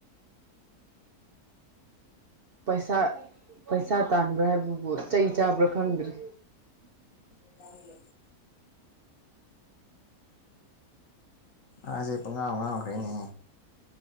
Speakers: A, on the right; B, on the left.
A: ꯄꯩꯁꯥ ꯄꯩꯁꯥ ꯇꯥꯟꯕ꯭ꯔꯥ ꯍꯥꯏꯕꯕꯨ ꯆꯩ ꯆꯥꯕ꯭ꯔꯥ ꯈꯪꯗ꯭ꯔꯤ
B: <inaudible> ꯑꯥꯖꯦ ꯄꯨꯡꯉꯥꯎ ꯉꯥꯎꯈ꯭ꯔꯦꯅꯦ